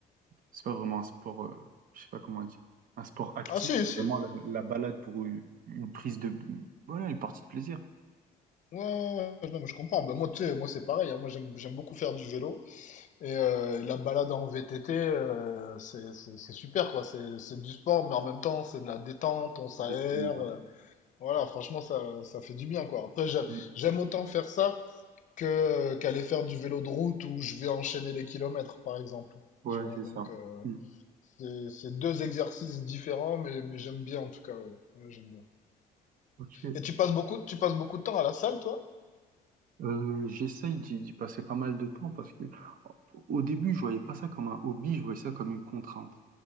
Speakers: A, on the right; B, on the left.
A: c'est pas vraiment un sport, euh, je sais pas comment dire, un sport actif,
B: Ah, si,
A: c'est
B: si.
A: vraiment la, la balade pour une, une prise de, voilà, une partie de plaisir.
B: Ouais, ouais, ouais. Non, mais je comprends. Bah, moi, tu sais, moi, c'est pareil. hein. Moi, j'aime, j'aime beaucoup faire du vélo. Et euh, la balade en VTT, euh, c'est, c'est, c'est super, quoi. C'est, c'est du sport, mais en même temps, c'est de la détente. On s'aère.
A: Exactement. ouais.
B: euh. voilà, franchement, ça, ça fait du bien, quoi. Après, j'aime,
A: Mm.
B: j'aime autant faire ça. que qu'aller faire du vélo de route où je vais enchaîner les kilomètres, par exemple.
A: Ouais,
B: Tu vois,
A: c'est
B: donc
A: ça.
B: euh,
A: Mm.
B: c'est c'est deux exercices différents, mais, mais j'aime bien en tout cas. ouais. Ouais, j'aime bien.
A: Ok.
B: Et tu passes beaucoup, tu passes beaucoup de temps à la salle, toi?
A: Euh, j'essaye d'y d'y passer pas mal de temps parce que au au début, je voyais pas ça comme un hobby, je voyais ça comme une contrainte.